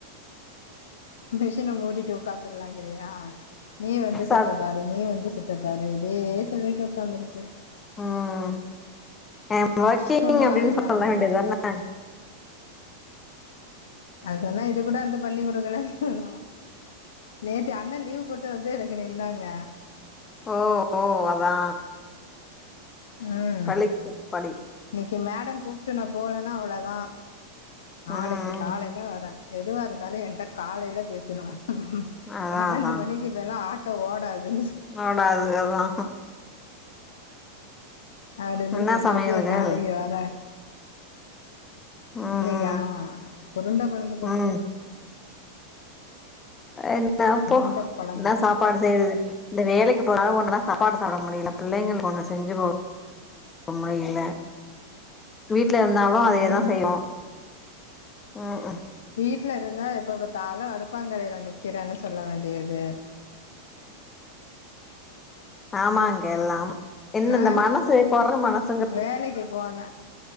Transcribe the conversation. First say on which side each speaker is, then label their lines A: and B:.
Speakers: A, on the left; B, on the left.
A: மிஷின மூடிட்டு உட்காந்துடலாங்கிறியா நீ வந்து
B: ச
A: செத்த பாரு நீ வந்து செத்த பாரு இதே சொல்லிட்டு உட்காந்துருக்கு
B: ம் ஐயம் ஒர்க்கிங்
A: சும்மா
B: அப்டின்னு
A: என்னால
B: சொல்ல
A: முடியல
B: வேண்டியதுதான
A: அதெல்லா இது கூட வந்து பண்ணி குடுக்கலன்னு சொல்லு நேத்து அண்ணே லீவ் போட் டு வந்து எனக்கு நின்னாங்க
B: ஓ ஓ அதா
A: ம்
B: பழிக்கு பழி
A: இன்னைக்கி மேடம் கூப்ட்டு போலன்னா அவ்ளோதா நாளக்கீ
B: ம் ம்
A: காலைல வரே எதுவாருந்தாலு என்ட்ட காலைல பேசணுமா
B: அதா
A: பன்னெண்டு
B: அதா
A: மணிக்கு மேலா ஆட்டோ ஓடாதுன்னு
B: ஓடாது அதா
A: அப்டின்னு
B: என்ன
A: சொல்லிட்டு
B: சமையல்கள்
A: நாளைக்கு வரே
B: ம்
A: இன்னைக்கா
B: ம்
A: உருண்ட கொழம்புங்க
B: ம் என்னப்போ
A: உருண்ட கொழம்பு
B: என்ன சாப் பாடு செய்யறது இந்த வேலைக்கி போனாலு ஒண்ணுல சாப்பாடு சாப்பட முடியல புள்ளைளுக்கு ஒண்ணு செஞ்சு போம் முடில்ல வீட்டுல இருந்தாலு அதையே
A: ம்
B: தா செய்வோ ம்ஹூம்
A: வீட்டுல இருந்தா எப்ப பாத்தாலு அடுப்பாங்கரையில நிக்கிறேன்னு சொல்ல வேண்டியது
B: ஆமாங்க எல்லாம் என்ன
A: ஆ
B: இந்த மனசு கொற மனசு
A: வேலைக்கு போன